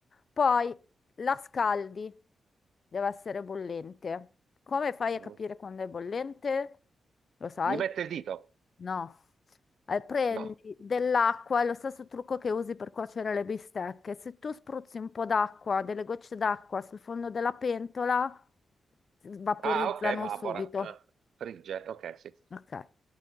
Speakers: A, on the left; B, on the right.
A: Poi la scaldi, deve essere bollente. Come fai a
B: Mm.
A: capire quando è bollente? Lo sai?
B: Gli mette il dito.
A: No. Eh, prendi
B: No.
A: dell'acqua, è lo stesso trucco che usi per cuocere le bistecche. Se tu spruzzi un po' d'acqua, delle gocce d'acqua sul fondo della pentola, vaporizzano
B: Ah, ok, vapora.
A: subito.
B: Ah, frigge. Ok, sì.
A: Ok.